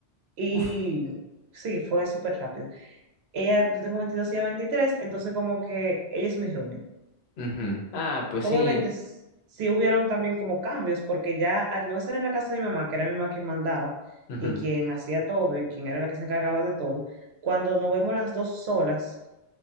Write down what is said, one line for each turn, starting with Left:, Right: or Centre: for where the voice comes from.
Right: Y
Left: Uf.
Right: sí, fue súper rápido. Ella, yo tengo 22 y ella veintitrés entonces como que ella es mi roommate.
Left: Ujú. Ah, pues
Right: Obviamente
Left: sí.
Right: s- sí hubieron también como cambios, porque ya al no estar en la casa de mi mamá, que era mi mamá quien mandaba
Left: Ujú.
Right: y quien hacía todo y quien era la que se encargaba de todo, cuando nos vemos las dos solas,